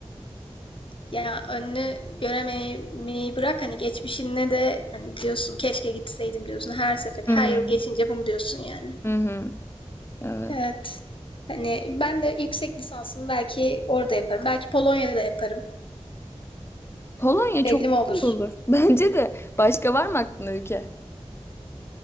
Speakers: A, on the left; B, on the left.
A: Ya önünü göremeyi bırak hani geçmişine de hani diyorsun keşke gitseydim diyorsun her seferinde
B: Hı
A: her
B: hı.
A: yıl geçince bunu diyorsun yani.
B: Hı hı. Evet.
A: Evet. Hani ben de yüksek lisansımı belki orada yaparım. Belki Polonya'da yaparım.
B: Polonya
A: Belli
B: çok iyi
A: mi olur?
B: olur. <laughs> Bence de. Başka var mı aklında ülke?